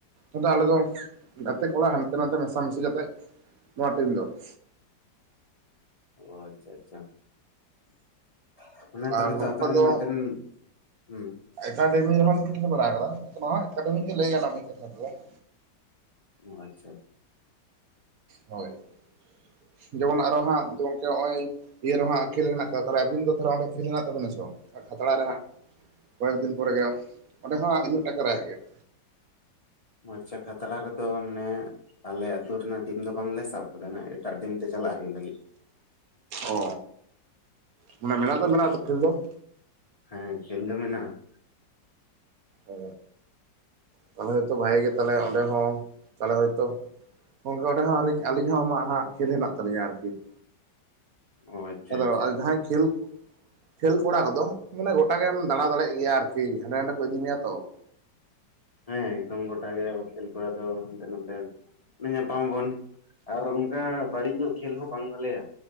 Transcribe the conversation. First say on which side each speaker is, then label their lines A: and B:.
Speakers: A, on the right; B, on the left.
A: ᱟᱫᱚ ᱟᱞᱮ ᱫᱚ ᱜᱟᱛᱮ ᱠᱚᱲᱟ ᱦᱟᱱᱛᱮ ᱱᱟᱛᱮ ᱢᱮᱥᱟᱢᱤᱥᱤ ᱠᱟᱛᱮᱜ ᱱᱚᱣᱟ ᱴᱤᱢ ᱫᱚ ᱾
B: ᱚ ᱟᱪᱪᱷᱟ ᱟᱪᱪᱷᱟ ᱾ ᱢᱟᱱᱮ ᱛᱟᱦᱚᱞᱮ
A: ᱟᱨ ᱱᱚᱝᱠᱟ
B: ᱛᱚ ᱟᱯᱮ ᱨᱮᱱ
A: ᱫᱚ
B: ᱢᱤᱫᱴᱮᱱ ᱦᱩᱸ ᱾
A: ᱮᱠᱟᱰᱮᱢᱤ ᱨᱮᱦᱚ ᱞᱤᱧ ᱛᱟᱦᱮ ᱵᱟᱲᱟ ᱟᱠᱟᱫᱟ ᱱᱚᱣᱟ ᱮᱠᱟᱰᱮᱢᱤ ᱜᱮ ᱞᱟᱹᱭ ᱜᱟᱱᱚᱜ ᱢᱤᱫ ᱠᱟᱛᱷᱟ ᱛᱮᱫᱚ ᱾
B: ᱟᱪᱪᱷᱟ ᱟᱪᱪᱷᱟ ᱾
A: ᱦᱳᱭ ᱾ ᱡᱮᱢᱚᱱ ᱟᱨᱚ ᱦᱟᱸᱜ ᱱᱚᱜ ᱚᱚᱭ ᱤᱭᱟᱹ ᱨᱮᱦᱟᱸ ᱠᱷᱮᱞ ᱦᱮᱱᱟᱜ ᱠᱟᱫᱟ, ᱟᱵᱤᱱ ᱫᱚ ᱛ ᱚᱸᱰᱮ ᱠᱷᱮᱞ ᱦᱮᱱᱟᱜ ᱛᱟᱵᱤᱱᱟ ᱥᱮ ᱵᱟᱝ ᱠᱷᱟᱛᱲᱟ ᱨᱮ ᱦᱟᱸᱜ ᱾ ᱠᱚᱭᱮᱠ ᱫᱤᱱ ᱯᱚᱨᱮ ᱜᱮ ᱾ ᱚᱸᱰᱮ ᱦᱚᱸ ᱩᱱᱟᱹᱜ ᱴᱟᱠᱟ ᱨᱮᱭᱟᱜ ᱜᱮ ᱾
B: ᱟᱪᱪᱷᱟ ᱠᱷᱟᱛᱲᱟ ᱨᱮᱫᱚ ᱢᱟᱱᱮ ᱟᱞᱮ ᱟ ᱟᱹᱛᱩ ᱨᱮᱱᱟᱜ ᱴᱤᱢ ᱫᱚ ᱵᱟᱝᱞᱮ ᱥᱟᱵ ᱠᱟᱫᱟ, ᱮᱴᱟᱜ ᱴᱤᱢ ᱛᱮ ᱪᱟᱞᱟᱜ ᱦᱩᱭᱩᱜ ᱞᱟᱹᱜᱤᱫ ᱾
A: ᱚ ᱢᱟᱱᱮ ᱢᱮᱱᱟᱜ ᱫᱚ ᱢᱮᱱᱟᱜ ᱛᱚ ᱠᱷᱮᱞ ᱫᱚ ᱾
B: ᱦᱮᱸ ᱠᱷᱮᱞ ᱫᱚ ᱢᱮᱱᱟᱜᱼᱟ ᱾
A: ᱚ ᱛᱟᱦᱚᱞᱮ ᱦᱚᱭᱛᱳ ᱵᱷᱟᱜᱮ ᱜᱮ ᱚᱸᱰᱮ ᱦᱚᱸ ᱛᱟᱦᱚᱞᱮ ᱦᱚᱭᱛᱳ ᱜᱚᱝᱠᱮ ᱚᱸᱰᱮ ᱦᱚᱸᱧ ᱟᱹᱞᱤᱧ ᱦᱚᱸ ᱟᱢᱟᱜ ᱦᱟᱸᱜ ᱠᱷᱮᱞ ᱦᱮᱱᱟᱜ ᱛᱟᱞᱤᱧᱟ ᱟᱨᱠᱤ ᱾
B: ᱚ ᱟᱪᱪᱷᱟ
A: ᱟᱫᱚ
B: ᱟᱪᱪᱷᱟ
A: ᱡᱟᱦᱟᱸᱭ ᱠᱷᱮᱞ, ᱠᱷᱮᱞ ᱠᱚᱲᱟ ᱠᱚᱫᱚ ᱢᱟᱱᱮ ᱜᱚᱴᱟᱜ ᱜᱮᱢ ᱫᱟᱬᱟ ᱫᱟᱲᱮᱭᱟᱜ ᱜᱮᱭᱟ ᱟᱨᱠᱤ ᱾ ᱦᱟᱸᱰᱮ ᱱᱟᱸᱰᱮ ᱠᱚ ᱤᱫᱤ ᱢᱮᱭᱟ ᱛᱚ ᱾
B: ᱦᱮᱸ ᱮᱠᱫᱚᱢ ᱜᱚᱴᱟ ᱜᱮ ᱠᱷᱮᱞ ᱠᱚᱲᱟ ᱫᱚ ᱦᱟᱱᱛᱮ ᱱᱟᱛᱮ ᱧᱟᱯᱟᱢᱟᱵᱚᱱ ᱟᱨ ᱚᱱᱠᱟ ᱵᱟᱹᱲᱤᱡ ᱧᱚᱜ ᱠᱷᱮᱞ ᱦᱚᱸ ᱵᱟᱝ ᱵᱷᱟᱞᱮᱭᱟ